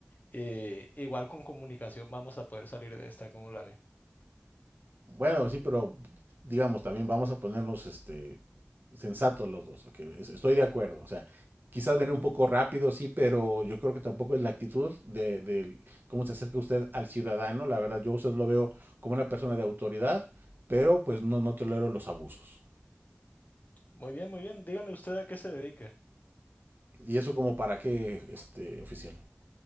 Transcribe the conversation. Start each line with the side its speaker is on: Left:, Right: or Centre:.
Left: y igual con comunicación vamos a poder salir de esta, ¿cómo la ve?
Right: Bueno, sí, pero digamos, también vamos a ponernos este sensatos los dos, ok, es- estoy de acuerdo, o sea, quizás viene un poco rápido, sí, pero yo creo que tampoco es la actitud de, del cómo se acerca usted al ciudadano, la verdad, yo a usted lo veo como una persona de autoridad, pero pues no, no tolero los abusos.
Left: Muy bien, muy bien. Dígame usted a qué se dedica.
Right: Y eso como para qué, este, oficial.